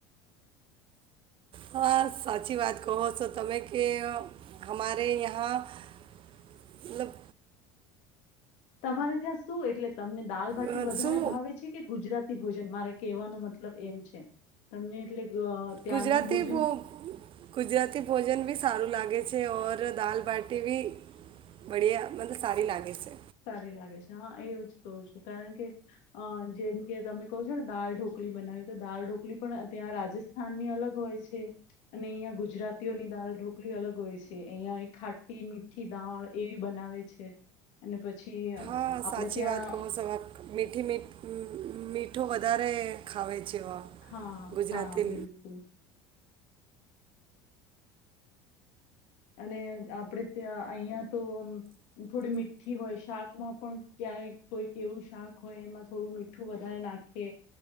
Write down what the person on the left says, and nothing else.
તમારે ત્યાં શું એટલે તમને દાલબાટી
વધારે
ભાવે છે, કે ગુજરાતી ભોજન મારે કેવાનો મતલબ એમ છે, તમને એટલે ગ ત્યાંનું
ભોજન
સારી લાગે છે. હા એવું જ કહું છું. કારણ કે, અ જેમ કે તમે કહો છો ને દાલ ઢોકલી બનાવી તો દાલ ઢોકલી પણ ત્યાં, રાજસ્થાનની અલગ હોય છે. અને અહીંયા ગુજરાતીઓની દાલ ઢોકલી અલગ હોય છે, અહં ખાટી મીઠી દાળ એવી બનાવે છે. અને પછી
આપણે
ત્યાં
હા
હા બિલકુલ અને આપણેે ત્યા <unintelligible> તો થોડી મીઠી હોય શાકમાં પણ ક્યારેક કોઈક એવું શાક હોય એમાં થોડું મીઠું વધારે નાખે